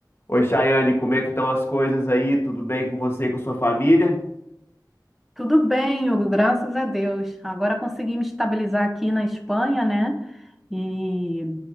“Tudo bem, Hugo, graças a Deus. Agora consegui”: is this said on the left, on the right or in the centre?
Centre